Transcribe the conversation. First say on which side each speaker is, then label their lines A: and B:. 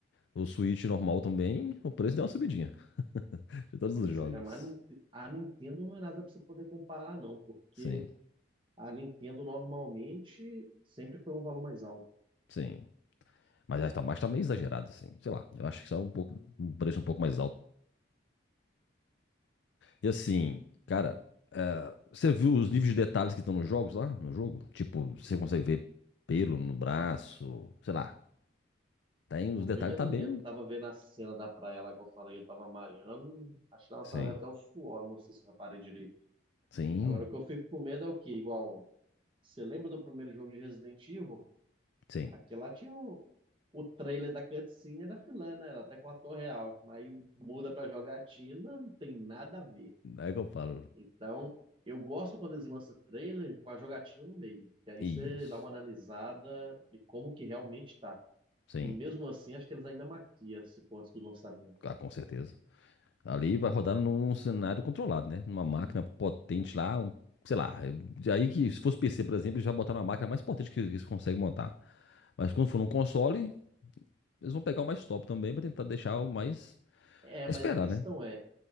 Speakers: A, on the left; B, on the right.
A: O Switch normal também, o preço deu uma subidinha de todos
B: Pois
A: os jogos.
B: é, mas a Nin- a Nintendo não é nada pra você poder comparar, não, porque
A: Sim,
B: a Nintendo normalmente sempre foi um valor mais alto.
A: sim. Mas tá, mas tá meio exagerado, assim. Sei lá, eu acho que está um pouco, um preço um pouco mais alto. E assim, cara, é, você viu os níveis de detalhes que estão nos jogos lá, no jogo? Tipo, você consegue ver pelo no braço, sei lá. Tem
B: Eu
A: os detalhes,
B: vi mais
A: tá
B: ou
A: bem.
B: menos, tava vendo a cena da praia lá que eu falei que eu tava malhando, acho que dava
A: Sim,
B: pra ver até o suor, não sei se eu reparei direito.
A: sim,
B: Agora o que eu fico com medo é o quê? Igual, você lembra do primeiro jogo de Resident Evil?
A: sim.
B: Aqui lá tinha o, o trailer da cutscene e da filé, né? Era até com o ator real, mas aí muda pra jogatina, não tem nada a ver.
A: É que eu falo.
B: Então, eu gosto quando eles lançam trailer com a jogatina no meio, que aí
A: Isso,
B: você dá uma analisada de como que realmente tá.
A: sim.
B: E mesmo assim, acho que eles ainda maquiam se for antes do lançamento.
A: Ah, com certeza. Ali vai rodar num, num cenário controlado, né? Numa máquina potente lá, um- sei lá. é- Aí que se fosse PC, por exemplo, eles já botaram uma máquina mais potente que eles conseguem montar. Mas quando for num console, eles vão pegar o mais top também para tentar deixar o mais.
B: É,
A: é
B: mas
A: Esperar,
B: a questão
A: né?
B: é,